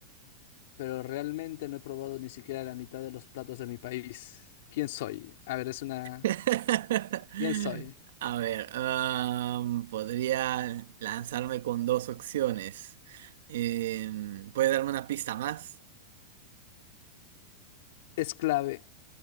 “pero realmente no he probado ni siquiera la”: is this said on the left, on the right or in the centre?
Left